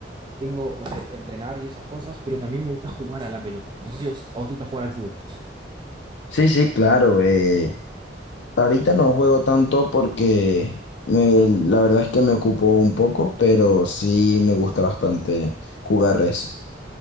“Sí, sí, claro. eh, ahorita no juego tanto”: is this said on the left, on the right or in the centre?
Left